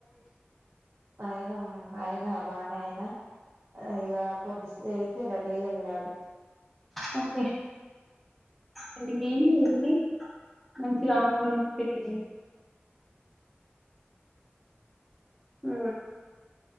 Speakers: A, on the right; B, in the centre.
A: అయనా అయినా బానే అయినా ఇగ కొద్దిసేపయితే రెడీ అయి వెళ్ళాలి
B: ఓకే అంటే ఏం లేండి మంచిగా అనందంగా తెడి ఆ